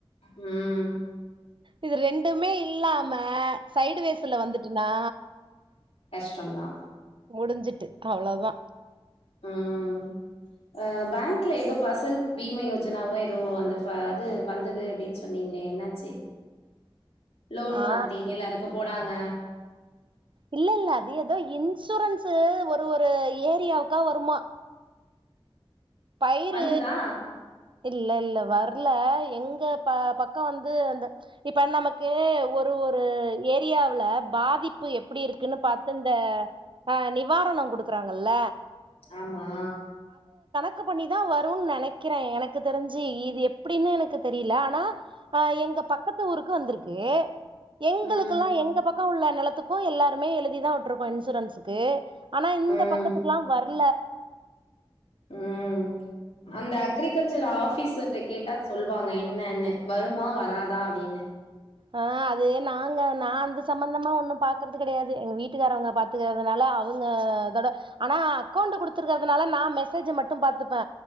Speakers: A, on the left; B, on the right.
A: ம்
B: இது ரெண்டுமே இல்லாம சைடு வேஸ்ல வந்துட்டுனா
A: கஷ்டொந்தா
B: முடிஞ்சிட்டு அவ்ளோதா
A: ம் ஆ பேங்க்ல ஏதோ பசல் பீமை யோஜனாவோ ஏதோ அந்த ஃப அது வந்தது அப்டின் சொன்னீங்களே என்னாச்சு லோன்
B: ஆ
A: மாதிரி எல்லாருக்கு போடாங்க
B: இல்லேல்ல அது ஏதோ இன்சூரன்ஸு ஒரு ஒரு ஏரியாவுக்கா வருமா பயிறு
A: வந்துதா
B: இல்லல்ல வர்ல எங்க ப பக்க வந்து அந்த இப்ப நமக்கு ஒரு ஒரு ஏத் தியாவ்ல பாதிப்பு எப்புடி இருக்குன்னு பாத்து இந்த அ நிவாரண குடுக்குறாங்கல்ல
A: அமா
B: க்கு பண்ணிதா வருன் நெனக்கிற எனக்கு தெரிஞ்சு இது எப்டின்னு எனக்கு தெரிய்ல அனா அ எங்க பக்கத்து ஊருக்கு வந்துருக் கே எங்குளுக்குல்லா
A: ம்
B: எங்க பக்க உள்ள நெலத்துக் கு எல்லாருமே எழுதிதா விட்ருக்கோ இன்சூரன்ஸுக்கு ஆனா இந்த
A: ம்
B: பக்கத்துக்குல்லா வர்ல
A: ம் அந்த அக்ரிகல்ச்சர் ஆபீசர்கிட்ட கேட்டா சொல்வாங்க என்னனு வருமா வராதா அப்டின்னு
B: அ அது நாங்க நா அந்த சம்பந்தமா ஒன்னு பாக்கற் து கடையாது எங் வீட்டுக்காரங்க பாத்துக்கறதுனால அவுங்க தட ஆனா அக்கோண்ட்டு குடுத்துருக்கறதுனால நா மெசேஜ்ஜ மட்டு பாத்துப்ப